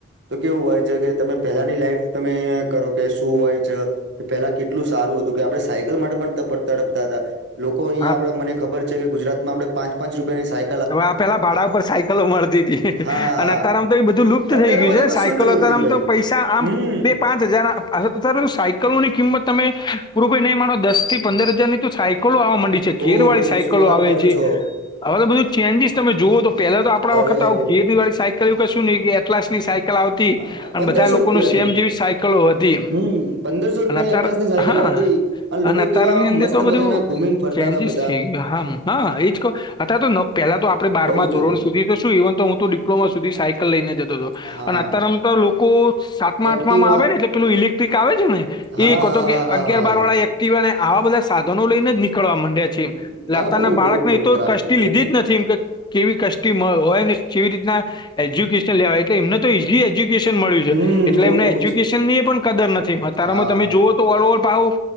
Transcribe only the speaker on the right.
તો કેવું હોય છે કે તમે પેહલાની લાઈફ તમે કરો કે શું હોય છે. કે પેલા કેટલું સારું હતું કે આપણે સાયકલ માટે પણ તપ તડપતા તા. લોકો અહીયા
આપણે મને ખબર છે કે ગુજરાતમાં આપડ પાંચ પાંચ રૂપિયાની સાઈ
હા
અત્યારેમાં
તો કશું
જ નથી
પ્રતિકભાઈ
હમ
ઓહો
શું વાત
કરો
છો
અરે
અરે
હા
પંદરસો
રૂપિયાની
હમ પંદરસો રૂપિયાની
એટલાસ ની સાયકલ
આવતી
લોકો
કેવા આમ
મસ્ત
મજાના ઘુમીને ફરતા
હતા બધા
બઉ જ
હતું
હા
એક્ટિવા
હા હા
હા હા
હા
હમ
હા બઉ
બઉ ખોટ
ખરાબ
થઈ બઉ
ખરાબ
હમ
બઉ
બઉ
જ
હા